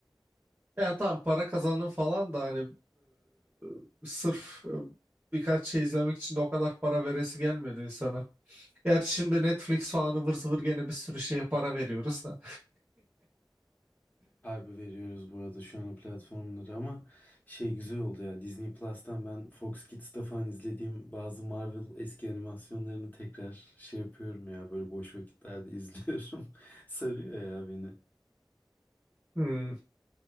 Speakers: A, on the right; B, on the left.
A: yani tam para kazanın falan da hani e, sırf e, birkaç şey izlemek için de o kadar para veresi gelmedi insana. Gerçi şimdi Netflix falan ıvır zıvır gene bir sürü şeye para veriyoruz da.
B: Harbi veriyoruz bu arada şu an o platformları ama şey güzel oldu ya Disney Plus'tan ben Fox Kids'te falan izlediğim bazı Marvel eski animasyonlarını tekrar şey yapıyorum ya böyle boş vakitlerde izliyorum. <laughs> Sarıyor ya beni.
A: Hmm.